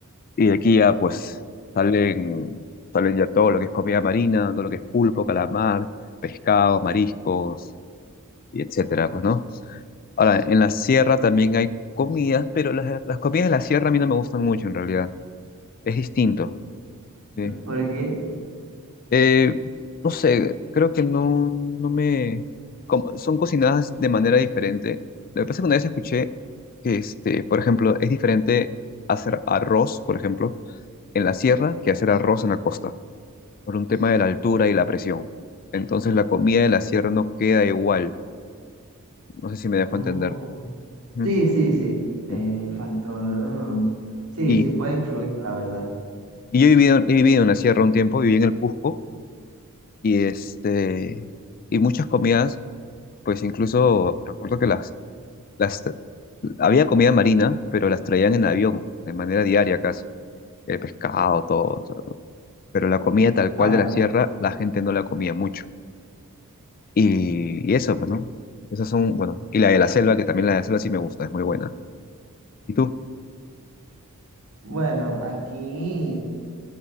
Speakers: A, on the left; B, on the right.
A: Y de aquí ya, pues, salen, salen ya todo lo que es comida marina, todo lo que es pulpo, calamar, pescados, mariscos, y etcétera, pues, ¿no? Ahora, en la sierra también hay comidas, pero las, las comidas de la sierra a mí no me gustan mucho, en realidad. Es distinto. Sí.
B: Porque.
A: Eh, no sé, creo que no, no me... como- son cocinadas de manera diferente. Lo que pasa es que una vez escuché que, este, por ejemplo, es diferente hacer arroz, por ejemplo, en la sierra que hacer arroz en la costa, por un tema de la altura y la presión. Entonces la comida de la sierra no queda igual. No sé si me dejo
B: Oh.
A: entender. Ujú.
B: Sí, sí, sí. El
A: Sí.
B: factor. oh. Sí,
A: Y,
B: sí puede influir, la verdad.
A: y yo he vivido, he vivido en la sierra un tiempo, viví en el Cusco y, este, y muchas comidas, pues incluso recuerdo que las las, tra- había comida marina, pero las traían en avión, de manera diaria casi. El pescado, todo. o sea, ¿no? Pero la comida tal cual
B: Claro.
A: de la
B: me
A: sierra,
B: imagino.
A: la gente no la comía mucho. Y, y eso, pues, ¿no? Esas son, bueno, y la de la selva, que también la de la selva sí me gusta, es muy buena. ¿Y tú?
B: Bueno, aquí